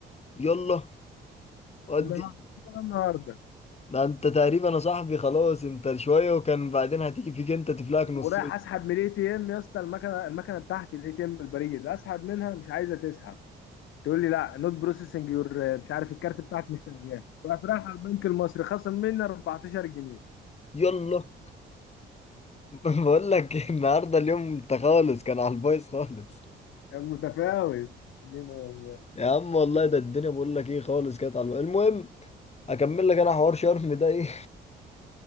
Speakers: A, on the left; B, on the left.
A: يلا ودي
B: النهارده النهارده
A: ده انت تقريبا يا صاحبي خلاص انت شوية وكان بعدين هتيجي فيك انت تفلقك
B: ورايح
A: نصين
B: اسحب من الاي تي ام يا اسطى المكنه المكنه بتاعتي الاي تي ام البريد اسحب منها مش عايزه تسحب تقول لي لا نوت بروسيسنج يور مش عارف الكارت بتاعك مش شغال رحت رايح على البنك المصري خصم مني 14 جنيه
A: يلا <laughs> بقول لك النهارده اليوم انت خالص كان على البايظ خالص
B: كان متفاوت دين امي
A: يا عم والله ده الدنيا بقول لك ايه خالص كانت على البايظ المهم اكمل لك انا حوار شرم ده ايه